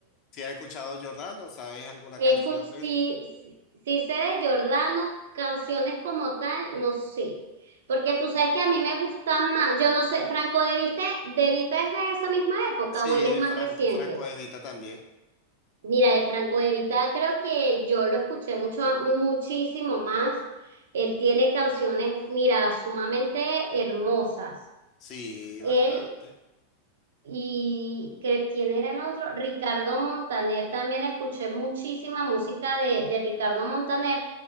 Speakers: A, on the left; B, on the right.
A: Si has escuchado Giordano, ¿sabes alguna
B: Escuch
A: canción
B: si,
A: de él?
B: si, si sé de Jordano, canciones como tal, no sé. Porque tú sabes que a mí me gustan más. Yo no sé, Franco De Vita, ¿De Vita es de esa misma época
A: Sí,
B: o él es más
A: Franco,
B: reciente?
A: Franco De Vita también.
B: Mira, de Franco De Vita creo que yo lo escuché mucho, muchísimo más. Él tiene canciones, mira, sumamente hermosas.
A: Sí,
B: Él
A: bastante.
B: y cre- ¿quién era el otro? Ricardo Montaner. También escuché muchísima música de, de Ricardo Montaner,